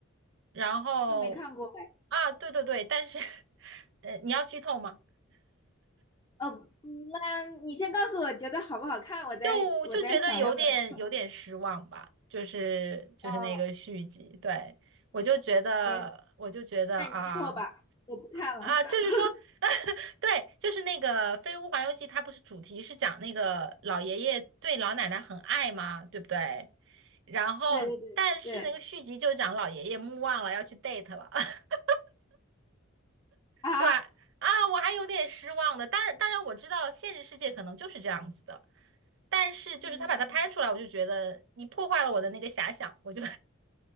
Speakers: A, on the right; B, on the left.
A: 然后
B: 我没看过哎。
A: 啊，对对对，但是 <laughs> 呃，你要剧透吗？
B: 呃，嗯那你先告诉我觉得好不好看，我再我再想要不要。
A: 就就觉得有点有点失望吧，就是就是那个续集，
B: 哦，
A: 对，我就觉得我就觉得啊。
B: 行，那你剧透吧，我不看了。
A: 啊，
B: <laughs>
A: 就是说，<laughs> 对，就是那个《飞屋环游记》，它不是主题是讲那个老爷爷对老奶奶很爱吗？对不对？然后，
B: 对对对对
A: 但是那个续集就讲老爷爷目望了要去 date 了，<laughs>
B: 啊，
A: 我还啊，我还有点失望的。当然，当然我知道现实世界可能就是这样子的，但是就是他把它拍出来，
B: 嗯
A: 我就觉得你破坏了我的那个遐想，我就